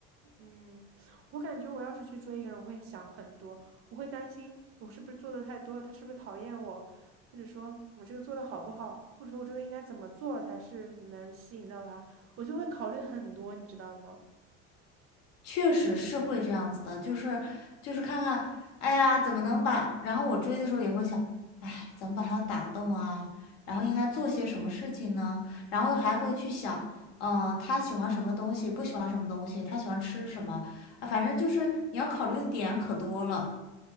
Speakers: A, on the right; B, on the left.
A: 嗯，我感觉我要是去追一个人，我会想很多，我会担心我是不是做的太多了，他是不是讨厌我，或者说我这个做的好不好，或者说我这个应该怎么做才是能吸引到他，我就会考虑很多，你知道吗？
B: 确实是会这样子的，就是就是看看，哎呀，怎么能把？然后我追的时候也会想，哎，怎么把他打动啊？然后应该做些什么事情呢？然后还会去想，嗯、他喜欢什么东西，不喜欢什么东西，他喜欢吃什么啊？反正就是你要考虑的点可多了。